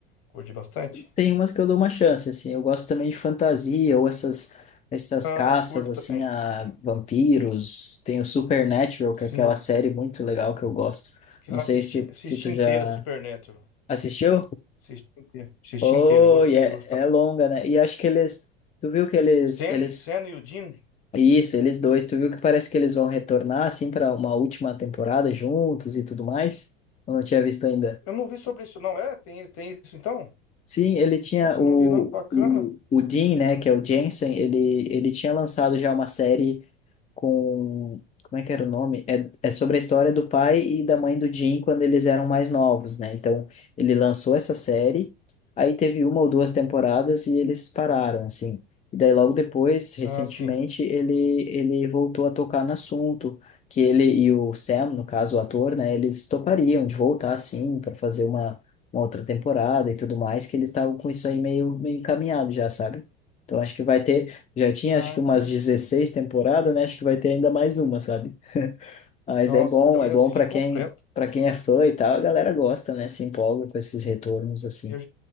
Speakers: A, on the left; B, on the left.
A: Curte bastante?
B: Tem umas que eu dou uma chance, assim. Eu gosto também de fantasia ou essas essas
A: Ah,
B: caças
A: curto
B: assim
A: também.
B: a vampiros. Tem o Supernatural, que
A: Sim.
B: é aquela série muito legal que eu gosto.
A: Que
B: Não
A: lá
B: sei
A: eu assisti,
B: se
A: assisti
B: se tu
A: inteira
B: já
A: Supernatural.
B: assistiu?
A: Assisti inteira. Assisti
B: Oh,
A: inteira. Gostei,
B: e é
A: gostava.
B: é longa, né? E acho que eles tu viu que eles
A: Sen,
B: eles
A: Sen e o Dean.
B: isso, eles dois, tu viu que parece que eles vão retornar assim para uma última temporada juntos e tudo mais? Eu não tinha visto ainda.
A: Eu não vi sobre isso, não. É? Tem, tem isso então?
B: Sim, ele tinha
A: Nossa,
B: o,
A: eu não vi, não. Bacana.
B: o, o Dean, né, que é o Jensen, ele, ele tinha lançado já uma série com. Como é que era o nome? É, é sobre a história do pai e da mãe do Jim quando eles eram mais novos, né? Então, ele lançou essa série, aí teve uma ou duas temporadas e eles pararam, assim. E daí, logo depois, recentemente,
A: Ah, sim.
B: ele, ele voltou a tocar no assunto, que ele e o Sam, no caso, o ator, né? Eles topariam de voltar, assim, para fazer uma, uma outra temporada e tudo mais, que eles estavam com isso aí meio, meio encaminhado já, sabe? Então, acho que vai ter. Já tinha
A: Ah,
B: acho que
A: entendi.
B: umas 16 temporadas, né? Acho que vai ter ainda mais uma, sabe? <laughs> Mas
A: Nossa,
B: é bom,
A: então eu
B: é bom
A: já assisti
B: para
A: completo.
B: quem para quem é fã e tal, a galera gosta, né? Se empolga com esses retornos assim.
A: Eu,